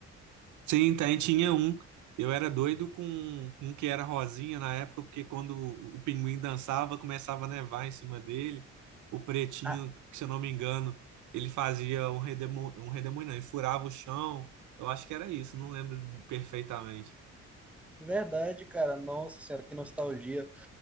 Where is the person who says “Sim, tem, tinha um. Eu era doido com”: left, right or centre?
Right